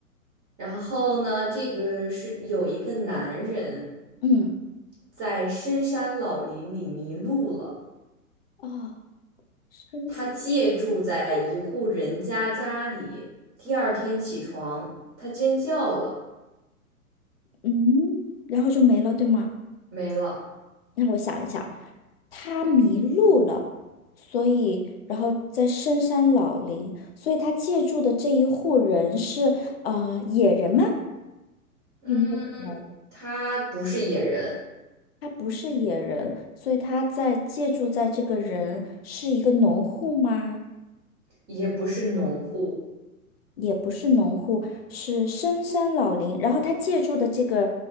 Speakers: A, on the right; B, on the left.
A: 然后呢，这个是有一个男人
B: 嗯。
A: 在深山老林里迷路了，
B: 哦，生下，
A: 他借住在一户人家家里。第二天起床，他尖叫了，
B: 嗯，然后就没了，对吗？
A: 没了。
B: 让我想一想，他迷路了，所以，然后在深山老林，所以他借住的这一户人是呃野人吗？
A: 嗯，
B: 有没有可能
A: 他不是野人，
B: 他不是野人，所以他在借住在这个人是一个农户吗？
A: 也不是农户，
B: 也不是农户，是深山老林。然后他借住的这个